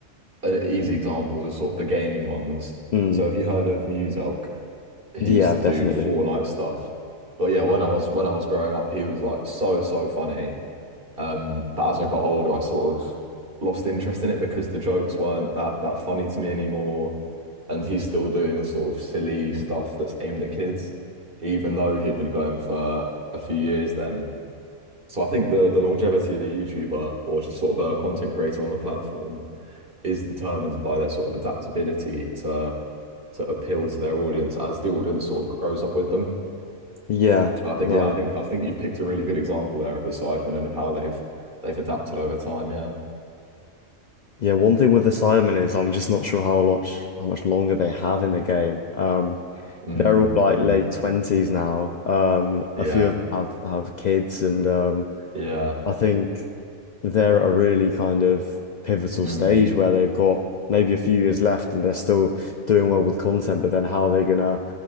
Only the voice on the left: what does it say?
mm,
yeah,
definitely.
Yeah,
no.
Yeah, one thing with the Cybermen is I'm just not sure how much how much longer they have in the game. Um,
they're all like
late twenties now. Um,
a few of them have have kids, and um,
I think they're at a really kind of pivotal
stage where they've got maybe a few years left, and they're still doing well with content. But then how are they gonna